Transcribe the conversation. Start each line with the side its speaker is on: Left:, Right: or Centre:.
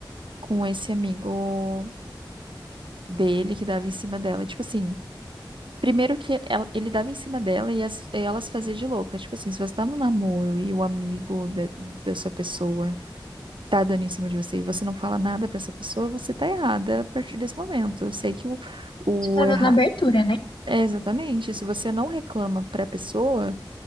Right: com esse amigo dele que dava em cima dela. Tipo assim, primeiro que ela- ele dava em cima dela e, as, e elas faziam de louca. Tipo assim, se você tá num namoro e o amigo da, da sua pessoa tá dando em cima de você e você não fala nada pra essa pessoa, você tá errada a partir desse momento. Eu sei que o, o
Left: Você tá
Right: errar.
Left: dando abertura, né?
Right: É exatamente. Se você não reclama pra pessoa.